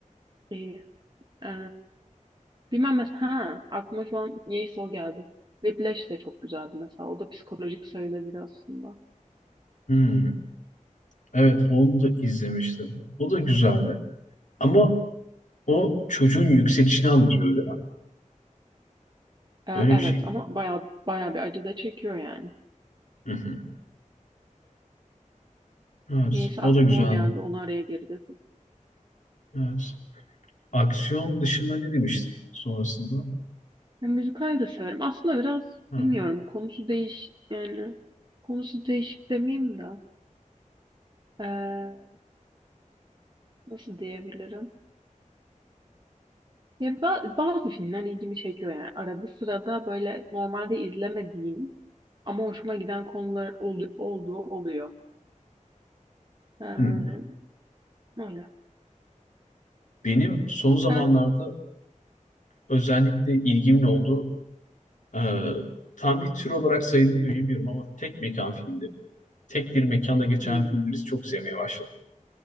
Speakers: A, on the right (about 35°); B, on the left (about 70°).
A: İyi. Ee, bilmem mesela. Ha, aklıma şu an niyeyse o geldi. Whiplash de çok güzeldi mesela. O da psikolojik söyledir aslında.
B: Hmm, evet onu da izlemiştim. O da güzeldi. Ama o çocuğun yükselişini anlatıyor değil mi?
A: Ee,
B: Öyle
A: evet
B: bir şey miydi?
A: ama bayağı bayağı bir acı da çekiyor yani.
B: Hı hı. Evet.
A: Niyeyse
B: O
A: aklıma
B: da güzeldi.
A: o geldi. Onu araya geri dedim.
B: Evet. Aksiyon dışında ne demiştin sonrasında?
A: Ya, müzikal de severim. Aslında biraz
B: Ha.
A: bilmiyorum. Konusu değiş yani konusu değişik demeyeyim de ee, nasıl diyebilirim? Ya ba- bazı filmler ilgimi çekiyor yani. Arada sırada böyle normalde izlemediğim ama hoşuma giden konular ol- olduğu oluyor. Ee,
B: Hı.
A: öyle.
B: Benim son zamanlarda
A: Sen?
B: özellikle ilgimin olduğu e, tam bir tür olarak sayılır mı bilmiyorum ama tek mekan filmleri. tek bir mekanda geçen
A: Hmm.
B: filmleri çok sevmeye başladım.